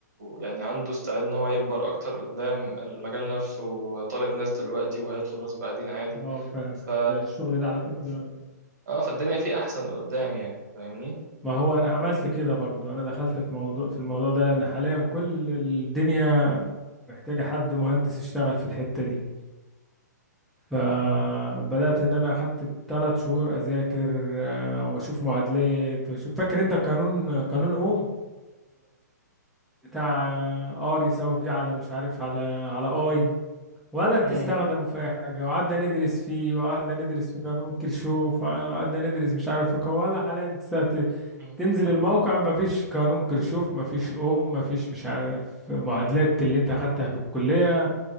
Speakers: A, on the right; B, in the centre.
A: يعني عنده استعداد ان هو يكبر اكتر قدام المجال نفسه طالب ناس دلوقتي وهيطلب ناس بعدين عادي
B: اه فاهمك
A: ف
B: ده الشغل ده على فكرة
A: ف- اه فالدنيا فيه احسن قدام يعني فاهمني
B: ما هو انا عملت كده برضو انا دخلت في موضوع في الموضوع ده لان حاليا كل الدنيا محتاجة حد مهندس يشتغل في الحتة دي فبدأت
A: امم
B: ان انا اخدت ثلاث شهور اذاكر آه، واشوف معادلات واشوف فاكر انت قانون قانون اوم بتاع آه، ار يساوي في على مش عارف على على اي ولا بتستخدمه
A: امم امم
B: في اي حاجة وقعدنا ندرس فيه وقعدنا ندرس في قانون كيرشوف وقعدنا ندرس مش عارف في قوة ولا حاليا
A: <laughs>
B: تنزل الموقع مفيش قانون كرشوف مفيش اوم مفيش مش عارف معادلات اللي انت اخدتها في الكلية